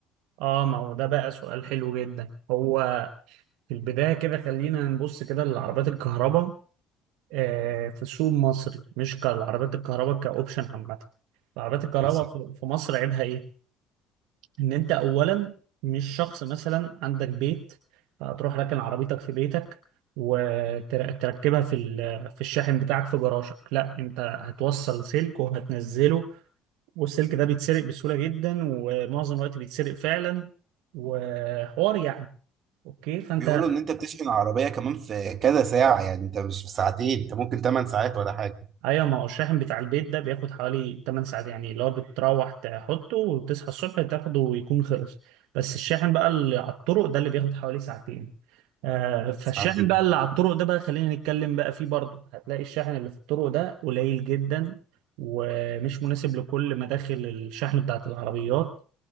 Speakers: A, on the right; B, on the right.
A: اه ما هو ده بقى سؤال حلو جدا هو في البداية كده خلينا نبص كده للعربيات الكهرباء آه، في سوق مصري مش كالعربيات الكهرباء كأوبشن عامة العربيات الكهرباء
B: بالظبط
A: في في مصر عيبها إيه؟ إن أنت أولا مش شخص مثلا عندك بيت هتروح راكن عربيتك في بيتك وتركبها في ال- في الشاحن بتاعك في جراجك لا انت هتوصل سلك وهتنزله والسلك ده بيتسرق بسهولة جدا ومعظم الوقت بيتسرق فعلا وحوار يعني اوكي فانت
B: بيقولوا ان انت بتشحن العربيه كمان في كذا ساعه يعني انت مش في ساعتين انت ممكن 8 ساعات ولا حاجه
A: ايوه ما هو الشاحن بتاع البيت ده بياخد حوالي 8 ساعات يعني اللي هو بتروح تحطه وتصحى الصبح تاخده ويكون خلص بس الشاحن بقى اللي على الطرق ده اللي بياخد حوالي ساعتين آه فالشاحن
B: ساعتين
A: بقى اللي على الطرق ده بقى خلينا نتكلم بقى فيه برضه هتلاقي الشاحن اللي في الطرق ده قليل جدا ومش مناسب لكل مداخل الشحن بتاعت العربيات